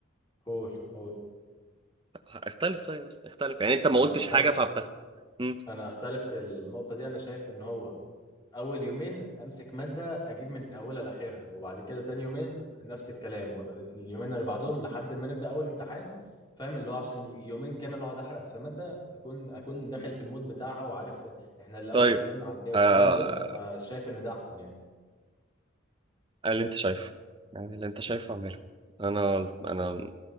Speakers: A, on the left; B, on the right.
A: قول قول
B: اختلف طيب بس اختلف يعني انت ما
A: انا
B: قلتش
A: اختلف
B: حاجة فبتاخد مم.
A: انا اختلف في النقطة دي انا شايف ان هو اول يومين امسك ماده اجيب من اولها لاخرها وبعد كده تاني يومين نفس الكلام واليومين اللي بعدهم لحد ما نبدا اول امتحان فاهم اللي هو عشان يومين كامل اقعد احرق في ماده اكون اكون داخل في المود بتاعها وعارف احنا الاول
B: طيب
A: اتكلمنا على ايه والكلام
B: آه...
A: ده فشايف ان ده احسن يعني
B: اللي انت شايفه يعني اللي انت شايفه اعمله انا انا